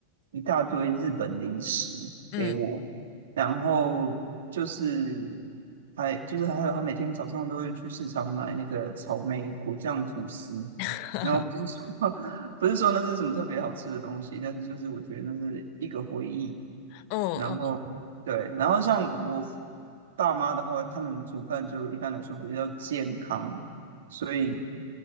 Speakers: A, on the right (about 60°); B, on the left (about 45°).
A: 一大堆日本零食给我，
B: 嗯，
A: 然后就是还就是还有她每天早上都会去市场买那个草莓果酱吐司，
B: <laughs>
A: 然后不是说 <laughs> 不是说那是什么特别好吃的东西，但是就是我觉得那是一个回忆。
B: 嗯嗯，
A: 然后对，然后像我爸妈的话，他们煮饭就一般来说比较健康，所以